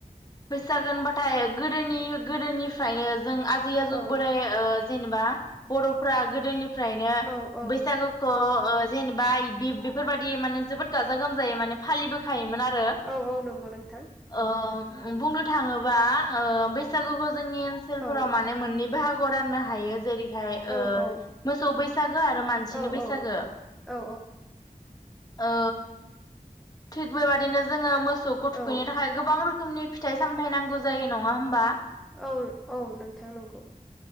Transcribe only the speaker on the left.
बैसागो होनबाथाय गोदोनि गोदोनिफ्रायनो जों आ आदै आजौ
बोराय ओ जेनेबा बर'फ्रा गोदोनिफ्रायनो
बैसागो खौ ओ जेनेबा बे बेफोरबायदि माने जोबोद गाजा गोमजायै माने फालिबोखायोमोन आरो
ओ बुंनो थाङोबा ओ बैसागुखौ जोंनि ओनसोलफोराव
माने मोननै बाहागो आव राननो हायो जेरैहाय
मोसौ बैसागो आरो मानसिनि
बैसागो
ओ थिग बेबादिनो जोङो मोसौखौ थुखैनो
थाखाय गोबां रोखोमनि फिथाइ सामथाइ नांगौ जायो नङा होमबा